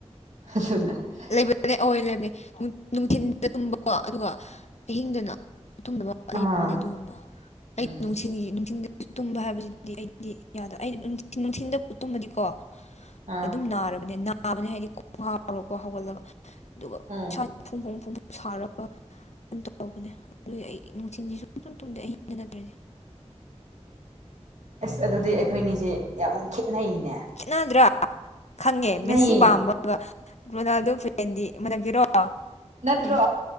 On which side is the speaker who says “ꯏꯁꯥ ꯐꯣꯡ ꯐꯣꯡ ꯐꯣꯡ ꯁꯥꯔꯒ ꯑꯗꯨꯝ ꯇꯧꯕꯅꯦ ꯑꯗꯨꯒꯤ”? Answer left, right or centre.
Left